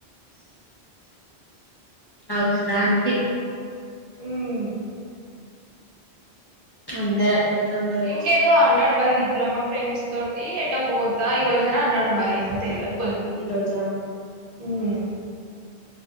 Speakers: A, on the left (about 30°); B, on the right (about 60°).
A: అవసరానికి
B: ఉమ్
A: అందర ట్లనే ఉన్నారు
B: ఇంకేదో అన్నాడు వాళ్ళ డిప్లమా ఫ్రేండ్స్ తోటి ఎటో పోతా ఈ రోజా అన్నడు మరేమో తెలవదు
A: ఈ రోజా
B: మ్